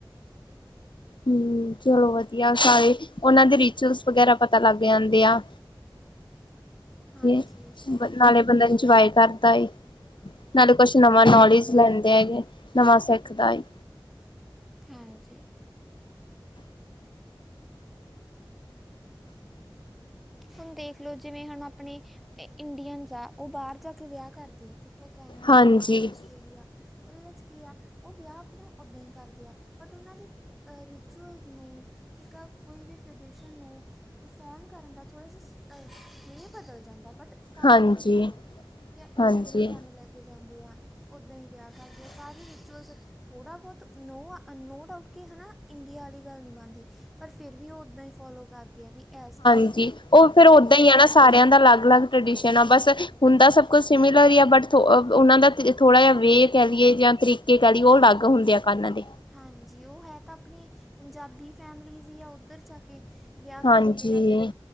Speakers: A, on the left (about 70°); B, in the centre.
A: ਹਮ ਚਲੋ ਵਧੀਆ ਸਾਰੇ ਉਹਨਾਂ ਦੇ ਰਿਚੁਅਲਸ ਵਗੈਰਾ ਪਤਾ ਲੱਗ ਜਾਂਦੇ ਆ।
B: ਹਾਂਜੀ
A: ਤੇ
B: ਉਹ ਤਾਂ ਹੈ
A: ਨਾਲੇ ਬੰਦਾ ਇੰਜੋਏ ਕਰਦਾ ਨਾਲੇ ਕੁਛ ਨਵਾਂ ਨੌਲੇਜ ਲੈਂਦੇ ਹੈਗੇ ਨਵਾਂ ਸਿੱਖਦਾ ਏ।
B: ਹਾਂਜੀ ਹੁਣ ਦੇਖ ਲਓ ਜਿਵੇਂ ਹੁਣ ਆਪਣੇ ਇੰਡੀਅਨਸ ਆ ਉਹ ਬਾਹਰ ਜਾ ਕੇ ਵਿਆਹ ਕਰਦੇ ਆ। ਕ ਕੈਨੇਡਾ
A: ਹਾਂਜੀ,
B: ਅਮਰੀਕਾ ਆਸਟੇਲੀਆ ਉਹਦੇ ਵਿੱਚ ਕੀ ਆ ਉਹ ਵਿਆਹ ਆਪਣਾ ਉਦਾਂ ਹੀ ਕਰਦੇ ਆ ਬਟ ਉਹਨਾਂ ਦੀ ਰਿਚੁਅਲ ਨੂੰ ਠੀਕ ਹੈ ਕੋਈ ਵੀ ਟ੍ਰਡੀਸ਼ਨ ਨੂੰ ਪਰਫੋਰਮ ਕਰਨ ਦਾ ਥੋੜ੍ਹਾ ਜਿਹਾ ਨਹੀਂ ਬਦਲ ਜਾਂਦਾ ਬਟ ਕਰਦੇ
A: ਹਾਂਜੀ,
B: ਆ ਫੋਲੋ ਠੀਕ ਹੈ ਉੱਦਾਂ
A: ਹਾਂਜੀ।
B: ਹੀ ਉਹ ਜ ਜੰਜ ਲੈ ਕੇ ਜਾਂਦੇ ਆ ਉੱਦਾਂ ਹੀ ਵਿਆਹ ਕਰਦੇ ਆ। ਰਿਚੂਅਲਸ ਥੋੜ੍ਹਾ ਬਹੁਤ ਨੋ ਨੋ ਡਾਊਟ ਕਿ ਹੈ ਨਾ ਇੰਡੀਆ ਵਾਲੀ ਗੱਲ ਨਹੀਂ ਬਣਦੀ ਪਰ ਫਿਰ ਵੀ ਉਹ ਉੱਦਾਂ ਹੀ ਫ ਫੋਲੋ ਕਰਦੇ ਹਾਂ ਵੀ ਇਸ ਚੀਜ਼
A: <unintelligible> ਉਹ ਫੇਰ ਉਓਦਾਂ ਹੀ ਆ ਨਾ ਸਾਰਿਆਂ ਦਾ ਅਲੱਗ ਅਲੱਗ ਟਰਡੀਸ਼ਨ ਆ ਬਸ ਹੁੰਦਾ ਸਭ ਕੁਛ ਸਿਮਲਰ ਹੀ ਆ ਬਟ ਉਹਨਾਂ ਦਾ ਥੋੜਾ ਜਿਹਾ ਵੇ ਕਹਿ ਲਈਏ ਜਾਂ ਤਰੀਕੇ ਕਹਿ ਲਈਏ ਬ ਅਲੱਗ ਹੁੰਦੇ ਆ ਕੰਨਾਂ ਦੇ
B: ਹਾਂਜੀ ਉਹ ਹੈ ਤਾਂ ਆਪਣੀ ਪੰਜਾਬੀ ਫੈਮਲੀਜ਼ ਹੀ ਆ ਉੱਧਰ ਜਾ ਕੇ ਵਿਆਹ ਕਰਵਾਉਂਦੀ
A: ਹਾਂਜੀ,
B: ਆ ਫਿਰ